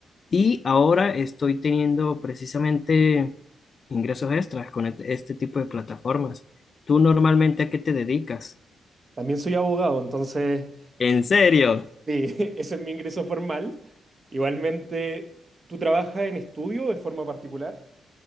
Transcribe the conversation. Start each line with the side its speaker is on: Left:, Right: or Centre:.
Left: Y ahora estoy teniendo precisamente ingresos extras con et- este tipo de plataformas. ¿Tú normalmente a qué te dedicas?
Right: También soy abogado, entonces,
Left: ¿En serio?
Right: sí, <laughs> ese es mi ingreso formal. Igualmente, ¿tú trabajas en estudio de forma particular?